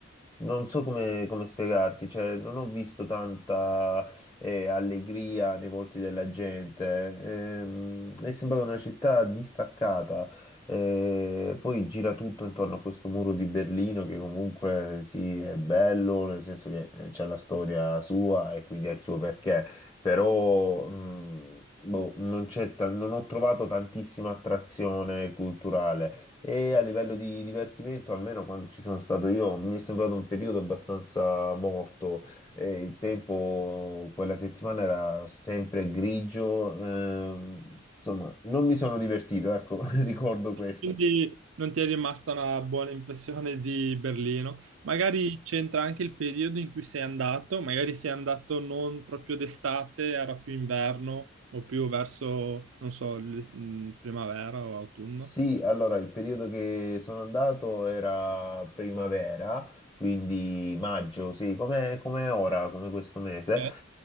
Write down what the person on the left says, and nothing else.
non so come, come spiegarti, cioè, non ho visto tanta eh, allegria nei volti della gente. Ehm, è sembrata una città distaccata eh, poi gira tutto intorno a questo muro di Berlino che comunque sì, è bello, nel senso che eh, c'è la storia sua e quindi ha il suo perché, però mh, boh, non c'è ta- non ho trovato tantissima attrazione culturale e a livello di divertimento, almeno quando ci sono stato io, mi è sembrato un periodo abbastanza morto. E il tempo quella settimana era sempre grigio, ehm, insomma, non mi sono divertito, ecco, <laughs> ricordo questo.
Sì, allora il periodo che sono andato era primavera, quindi maggio, sì, come come ora, come questo mese.